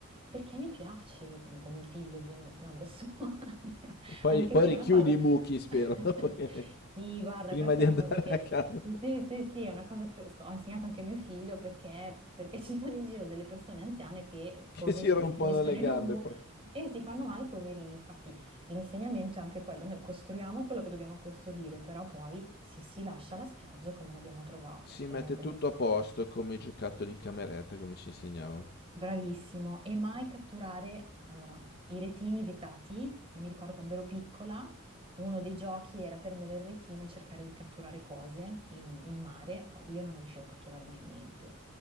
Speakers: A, on the right; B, on the left.
A: perché mi piace, con con mio figlio ovviamente, non da sola, <laughs>
B: Poi, Ma poi
A: anche
B: perché?
A: se
B: richiudi
A: è una cosa...
B: i Vabbè, buchi, spero,
A: <laughs>
B: <laughs> perché
A: Sì, guarda,
B: prima
A: questa
B: di
A: è
B: andare
A: una cosa che...
B: a casa,
A: Sì, sì, sì, è una cosa che sto- ho insegnato anche a mio figlio perché, perché <laughs> ci sono in giro delle persone anziane che,
B: che
A: poverine,
B: si rompono
A: si finiscono
B: le ok.
A: in
B: gambe
A: un buco
B: poi.
A: e si fanno male, poverini. Infatti, l'insegnamento è anche quello, noi costruiamo quello che dobbiamo costruire, però poi si si lascia la spiaggia come l'abbiamo trovata.
B: Si
A: Quello
B: mette
A: è un bel
B: tutto a posto come i giocattoli in cameretta, come ci insegnavano.
A: Bravissimo, e mai catturare, allora, i retini vietati, che mi ricordo quando ero piccola, uno dei giochi era prendere il retino e cercare di catturare cose in, in mare, poi io non riuscivo a catturare mai niente,